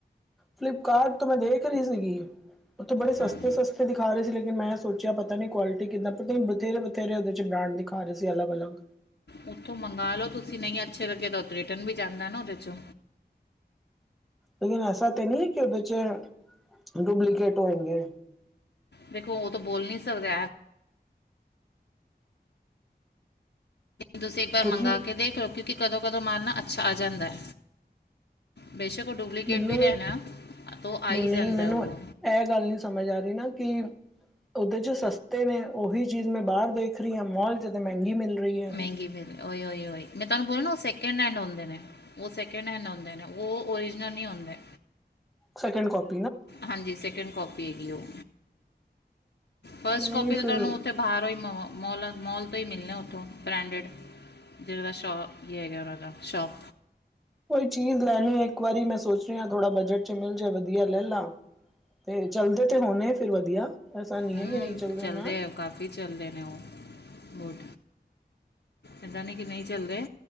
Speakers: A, in the centre; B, on the left.
A: ਫਲਿਪਕਾਰਟ ਤੋਂ ਮੈਂ ਦੇਖ ਰਹੀ ਸੀਗੀ। ਉੱਥੇ ਬੜੇ ਸਸਤੇ,
B: ਹਾਂ
A: ਸਸਤੇ ਦਿਖਾ ਰਹੇ ਸੀ ਲੇਕਿਨ ਮੈਂ ਸੌਚਿਆ ਪਤਾ ਨੀ ਕੁਆਲਟੀ ਕ੍ਹਿੰਦਾ ਪਤਾ ਹੀ ਨਹੀਂ ਤੇਰੇ ਬਥੇਰੇ ਉਹਦੇ ਚ ਬ੍ਰਾਂਡ ਦਿਖਾ ਰਹੇ ਸੀ ਅੱਲਗ ਅਲੱਗ।
B: ਉੱਥੋਂ ਮੰਗਵਾ ਲਓ ਤੁਸੀਂ ਨਹੀਂ ਅੱਛੇ ਲੱਗੇ ਤਾਂ ਉਥੇ ਰਿਟਰਨ ਵੀ ਜਾਂਦਾ ਨਾ ਉਹਦੇ ਚੋਂ।
A: ਲੇਕਨ ਐਸਾ ਤੇ ਨਹੀਂ ਕਿ ਉਹਦੇ ਚ ਡੁਪਲੀਕੇਟ ਹੋਣਗੇ।
B: ਦੇਖੋ, ਉਹ ਤਾਂ ਬੋਲ ਨਹੀਂ ਸਕਦੇ। ਤੁਸੀਂ ਇੱਕ ਵਾਰ
A: ਕਿਉਂਕਿ
B: ਮੰਗਾ ਕੇ ਦੇਖ ਲਓ ਕਿਉਂਕਿ ਕਦੋਂ, ਕਦੋਂ ਮਾਲ ਨਾ ਅੱਛਾ ਆ ਜਾਂਦਾ। ਬੇਸ਼ੱਕ ਉਹ ਡੁਪਲਕੇਟ
A: ਮੈਨੂੰ
B: ਵੀ ਰਹਿਣ ਤੋ ਆ
A: ਨਹੀਂ
B: ਹੀ
A: ਨਹੀਂ
B: ਜਾਂਦਾ
A: ਮੈਨੂੰ
B: ਉਹ।
A: ਇਹ ਗੱਲ ਨੀ ਸਮਝ ਆ ਰਹੀ ਨਾ ਕਿ ਉਹਦੇ ਚ ਸਸਤੇ ਨੇ ਉਹੀ ਚੀਜ਼ ਮੈਂ ਬਾਹਰ ਦੇਖ ਰਹੀ ਹਾਂ ਮੋਲ ਚ ਤੇ ਮਹਿੰਗੀ ਮਿਲ ਰਹੀ ਏ।
B: ਮਹਿੰਗੀ ਉ ਉਹੀ ਮੈਂ ਤੁਹਾਨੂੰ ਬੋਲਾ ਨਾ ਉਹ ਸੈਕਿੰਡ ਹੈਂਡ ਹੁੰਦਾ ਨੇ। <unintelligible> ਉਹ ਸੈਕਿੰਡ ਹੈਂਡ ਹੁੰਦੇ ਨੇ ਉਹ ਓਰੀਜਨਲ ਨਹੀਂ ਹੁੰਦੇ।
A: ਸੇਕਿੰਡ ਕਪ
B: ਹਾਂਜੀ, ਸੈਕਿੰਡ ਕਾਪੀ ਹੈਗੀ ਉਹ। ਫਸਟ
A: ਨਹੀਂ
B: ਕਾਪੀ ਤੇ
A: ਫਿਰ
B: ਤੁਹਾਨੂੰ ਉੱਥੇ ਬਾਹਰ ਈ ਮਵਾਂ ਮੌੋਲਾਂ ਮੋਲ ਤੋਂ ਹੀ ਮਿਲਦੇ ਉੱਥੋਂ, ਬ੍ਰੈਂਡਡ ਜਿਹਨਾਂ ਦਾ ਸ਼ੋ ਹੀ ਹੈਗਾ ਉਹਨਾਂ ਦਾ ਸ਼ੋਪ
A: ਕੋਈ ਚੀਜ਼ ਲੈਣੀ ਹੈ ਇੱਕ ਵਾਰੀ ਮੈਂ ਸੋਚ ਰਿਹਾ ਥੋੜਾ ਬਜਟ ਚ ਮਿਲ ਜਾਏ ਵਧੀਆ ਲੈ ਲਾ। ਤੇ ਚਲਦੇ ਤੇ ਹੁਣੇ ਫਿਰ ਵਧੀਆ ਐਸਾ ਨਹੀਂ
B: ਹੂੰ
A: ਹੈ ਕਿ ਨਹੀਂ ਚੱਲਦੇ ਨਾ।
B: ਆ ਕਾਫੀ ਚੱਲਦੇ ਨੇ ਉਹ, ਬੁਟ। ਏਦਾਂ ਨੀ ਕਿ ਨਹੀਂ ਚੱਲਦੇ